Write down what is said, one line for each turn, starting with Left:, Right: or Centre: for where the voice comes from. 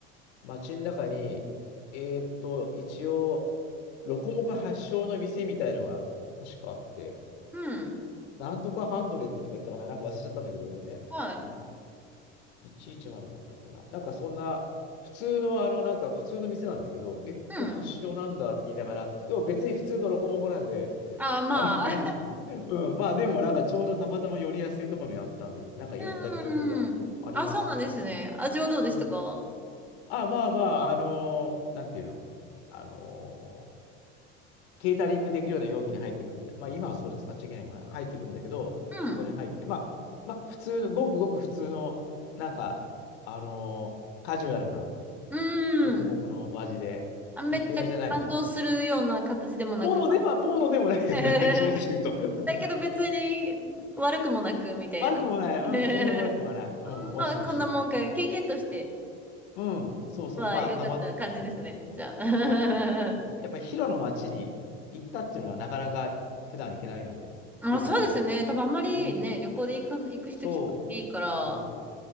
Left: 街の中に、えーっと、一応、ロコモコ発祥の店みたいのが確かあって、
Centre: うん。
Left: なんとかハンドレットとか言ったかな、なんか忘れちゃったんだけど、ごめんね。
Centre: はい。
Left: うん、110だったっけな。なんかそんな、普通の、あの、なんか普通の店なんですけど、え、ここ発祥なんだって言いながら、
Centre: うん。
Left: でも別に普通のロコモコなんで、
Centre: あ、まあ。
Left: あれないんですけど、うん、まあでもなんかちょうどたまたま寄りやすいところにあったんで、なんか寄った記憶があります。
Centre: <laughs> うん。あ、そうなんですね。
Left: うん。
Centre: 味はどうでしたか
Left: うん、あ、まあまあ、あのーなんていうの、あのーケータリングできるような容器に入ってくるんで、まあ今はそれ使っちゃいけないのかな、入ってくるんだけど、
Centre: うん。
Left: そこに入って、まあ、まあ普通の、ごくごく普通の、なんか、あのーカジュアルな、
Centre: う
Left: ロコモコのお味で、
Centre: ん。あ、めっちゃ感動するような形でもなく。
Left: うん、嫌いじゃないですね。ものでは、ものでもないです。
Centre: <laughs>
Left: はい、正直言うと。<laughs>
Centre: だけど別に悪くもなく、みたいな。
Left: 悪くもない。
Centre: <laughs>
Left: うん、それは悪くはない。うん、
Centre: うんまあ、
Left: 美味しい美味しい。
Centre: こんなもんか。経験として。
Left: うん、うん、そうそう。
Centre: まあ、
Left: まあ、
Centre: よかった感じですね。
Left: たま、そうそうそう。
Centre: じゃあ。
Left: うん、やっぱりヒロの街に行ったっていうのはなかなか普段行けないので、
Centre: <laughs> あ、
Left: よかったな。
Centre: そうですね。多分あんまりね、
Left: うん、
Centre: 旅行で行か、行く人聞かないから、
Left: そう。そ